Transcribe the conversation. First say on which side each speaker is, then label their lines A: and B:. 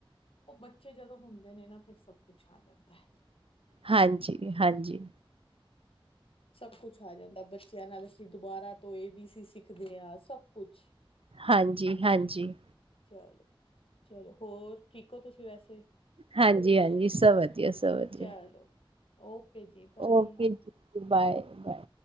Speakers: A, on the left; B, on the right.
A: ਓਹ ਬੱਚੇ ਜਦੋਂ ਹੁੰਦੇ ਨੇ ਨਾ ਫਿਰ ਸਭ ਕੁਛ ਆ ਜਾਂਦੈ।
B: ਹਾਂਜੀ ਹਾਂਜੀ।
A: ਸਭ ਕੁਛ ਆ ਜਾਂਦੈ, ਬੱਚਿਆਂ ਨਾਲ ਅਸੀਂ ਦੁਬਾਰਾ ਤੋਂ ਏ ਬੀ ਸੀ ਸਿੱਖਦੇ ਆਂ, ਸਭ ਕੁਛ।
B: ਹਾਂਜੀ ਹਾਂਜੀ।
A: ਚਲੋ, ਚਲੋ ਹੋਰ ਠੀਕ ਹੋ ਤੁਸੀਂ ਵੈਸੇ?
B: ਹਾਂਜੀ ਹਾਂਜੀ, ਸਭ ਵਧੀਆ ਸਭ ਵਧੀਆ।
A: ਚਲੋ ਓਕੇ ਜੀ, ਬਾਏ।
B: ਓਕੇ ਜੀ ਬਾਏ ਬਾਏ‌।